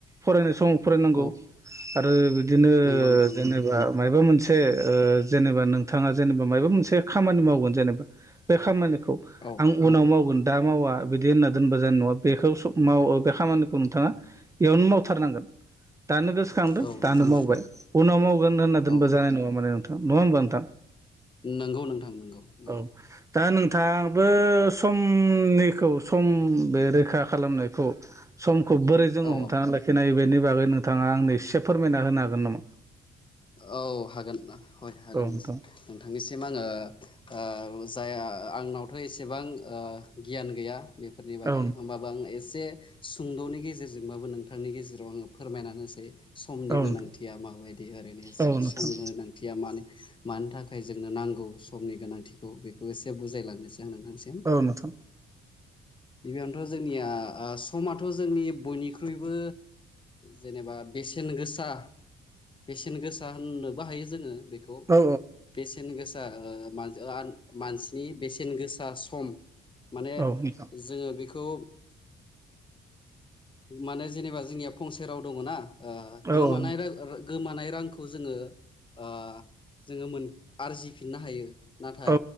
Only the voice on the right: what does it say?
फरायनाय समाव फरायनांगौ
आरो बिदिनो
जेनेबा म मोन जेबा नोंथाङा जेनेबा मा मोनसे खामानि मावगोन जेनेबा बे ख खौ
आं उनाव मावगोन दा मावा बिदि होनना दोनबा जानाय नङा बेखौ माव बे खामानिखौ नोंथाङा इयावनो मावथारनांगोन थानखौ खांदों
दानो
मावबाय उनाव मावगोन होनना दोनबा
जानाय नङा माने नोंथां नङा होमबा नोंथां
औ दा नोंथाङो समनिखौ सम बे रोखा खालामनायखौ समखौ बोरै जोङो
हमथा
लाखिनाय हायो बेनि बागै नोंथाङा आंनि एसे फोरमायना होनो हागोन नामा
औ नोंथां
औ
औ
नोंथां
औ नोंथां
औ नोंथां
औ
औ नोंथां
औ
औ